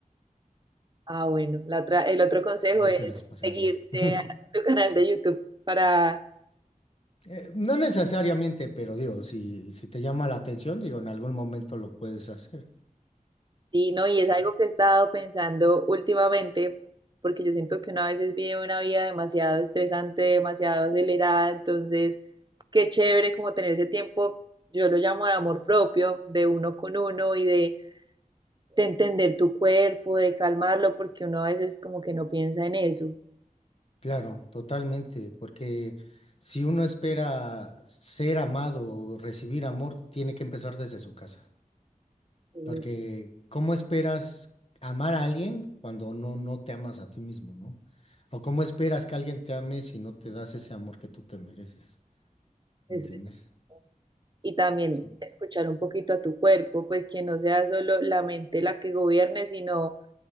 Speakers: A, on the right (about 30°); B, on the left (about 45°).
A: Ah, bueno, la otra, el otro consejo
B: Ya
A: es
B: te las pasaría.
A: seguirte
B: <laughs>
A: a tu canal de YouTube para
B: Eh, no necesariamente, pero digo, si, si te llama la atención, digo, en algún momento lo puedes hacer.
A: Sí, no, y es algo que he estado pensando últimamente, porque yo siento que uno a veces vive una vida demasiado estresante, demasiado acelerada, entonces qué chévere como tener ese tiempo, yo lo llamo de amor propio, de uno con uno y de, de entender tu cuerpo, de calmarlo, porque uno a veces como que no piensa en eso.
B: Claro, totalmente, porque si uno espera ser amado o recibir amor, tiene que empezar desde su casa.
A: Mm,
B: Porque ¿cómo esperas amar a alguien cuando no, no te amas a ti mismo, ¿no? O cómo esperas que alguien te ame si no te das ese amor que tú te mereces,
A: Eso
B: ¿me entiendes?
A: es. Y también
B: Sí.
A: escuchar un poquito a tu cuerpo, pues que no sea solo la mente la que gobierne, sino